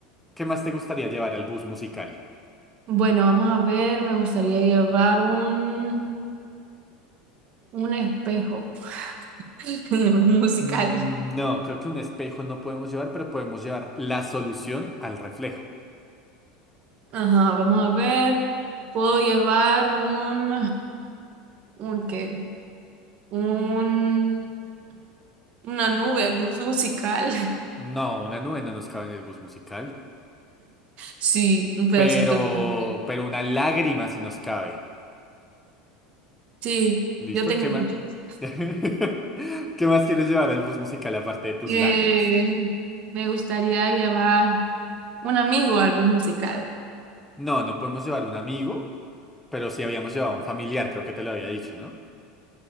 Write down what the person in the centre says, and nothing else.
¿Qué más te gustaría llevar al bus musical?
Mm, No, creo que un espejo no podemos llevar, pero podemos llevar la solución al reflejo.
No, una nube no nos cabe en el bus musical.
Pero,
pero una lágrima sí nos cabe.
¿Listo?
¿Qué
más? <laughs> ¿Qué más quieres llevar al bus musical aparte de tus
lágrimas?
No, no podemos llevar un amigo, pero sí habíamos llevado un familiar, creo que te lo había dicho, ¿no?